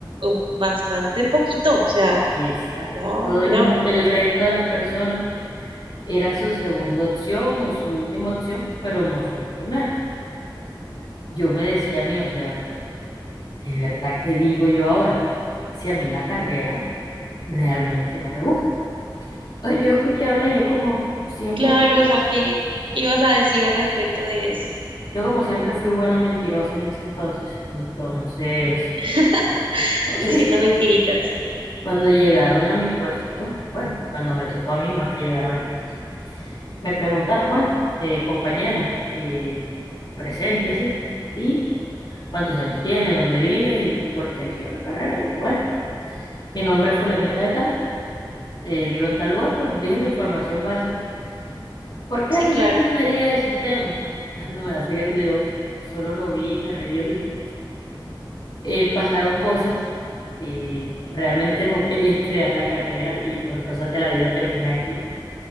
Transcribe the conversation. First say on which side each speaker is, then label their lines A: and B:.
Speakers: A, on the right (about 85°); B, on the left (about 60°).
A: un- bastante poquito, o sea,
B: exacto,
A: era,
B: todo
A: eran
B: el, mu- el resto de las personas era su segunda opción o su última opción, pero no fue la primera. Yo me decía a mí, o sea, ¿de verdad qué digo yo ahora? Si a mí la carrera realmente no me gusta. Pues yo escuché hablar y yo como siempre,
A: claro,
B: fui-
A: o sea, ¿qué, qué ibas a decir al respecto de eso?
B: yo como siempre fui buena mentirosa en ese entonces. Entonces,
A: <laughs>
B: pues
A: Diciendo
B: sí,
A: mentiritas.
B: cuando llegaron a mi puesto, bueno, cuando me tocó a mí más que llegar a mi puesto, me preguntaron, bueno, eh, compañera, eh, preséntese y cuántos años tiene, dónde vive y por qué eligió la carrera. Y yo, bueno, mi nombre es fulanita de tal, eh, vivo en tal lugar, bueno, dije mi información básica. ¿Por qué
A: Sí,
B: elegí
A: claro,
B: ingeniería de sistemas? <laughs> Cuando me hace que yo solo lo vi y me reí, yo dije, eh, pasaron cosas, eh, realmente no quería estudiar la carrera y por cosas de la vida terminé aquí